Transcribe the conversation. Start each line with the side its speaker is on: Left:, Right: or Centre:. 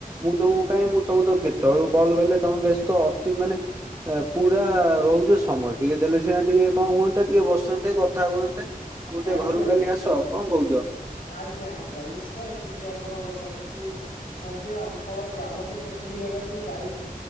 Right: ମୁଁ ତମକୁ
Left: ଆଜ୍ଞା
Right: କାଇଁଁ ତମେ ତ କେତେବେଳୁ କଲ୍ ଗଲେ ତମେ ବ୍ୟସ୍ତ ଅତି ମାନେ ପୁରା ରହୁଛ ସମୟ ଟିକେ ଦେଲେ ସିନା ଟିକେ କଣ ହୁଅନ୍ତେ ଟିକେ ବସନ୍ତେ କଥା ହୁଅନ୍ତେ ଆମ ଟିକେ
Left: ଆଜ୍ଞା
Right: ଘରୁକୁ କାଲି ଆସ କଣ କହୁଛ
Left: ଆଜ୍ଞା ଆଜ୍ଞା ନିଶ୍ଚୟ ଯିବି ଆପଣଙ୍କ ଘରକୁ ମଧ୍ୟ ଆପଣ ଗ୍ରାମକୁ କେତେ ଦିନ ହେଲା ବି ଯାଇନି